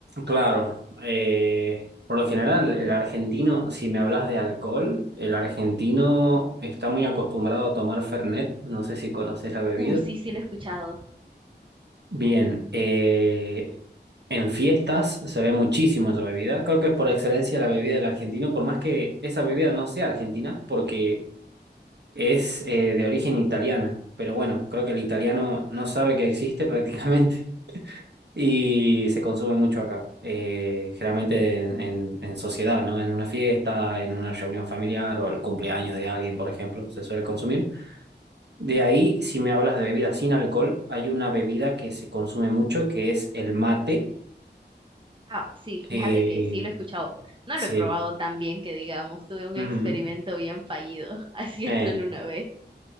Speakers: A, on the right (about 70°); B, on the right (about 30°).
A: claro. eh, por lo general, el argentino, si me hablas de alcohol, el argentino está muy acostumbrado a tomar Fernet. No sé si conoces la bebida.
B: Uh, sí, sí, lo he escuchado.
A: Bien, eh, En fiestas se ve muchísimo esa bebida. Creo que es por excelencia la bebida del argentino, por más que esa bebida no sea argentina, porque es eh, de origen italiana. Pero bueno, creo que el italiano no sabe que existe prácticamente <laughs> y se consume mucho acá. Eh, generalmente en, en- en sociedad, ¿no? En una fiesta, en una reunión familiar o el cumpleaños de alguien, por ejemplo, se suele consumir. De ahí, si me hablas de bebida sin alcohol, hay una bebida que se consume mucho que es el mate.
B: Ah, sí,
A: que
B: fíjate que sí lo he escuchado. No
A: sí.
B: lo he probado tan bien que digamos, tuve un
A: Ujú.
B: experimento bien fallido <laughs> haciéndolo
A: Eh,
B: una vez.